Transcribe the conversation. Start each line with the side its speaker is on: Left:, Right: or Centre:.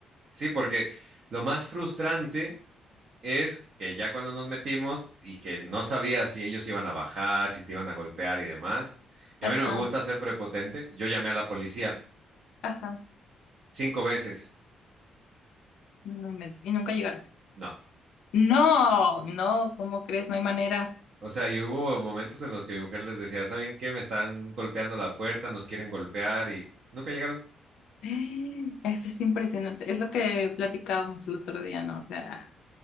Right: Sí, porque lo más frustrante es que ya cuando nos metimos y que no sabía si ellos iban a bajar, si te iban a golpear y demás, y
Left: Ajá,
Right: a mí no me gusta ser prepotente, yo llamé a la policía
Left: ajá.
Right: cinco veces.
Left: No me inventes. Y nunca llegaron.
Right: No.
Left: No, no, ¿cómo crees? No hay manera.
Right: O sea, y hubo momentos en los que mi mujer les decía, ¿saben qué? Me están golpeando la puerta, nos quieren golpear y nunca llegaron.
Left: <gasps> Eso es impresionante. Es lo que platicábamos el otro día, ¿no? O sea,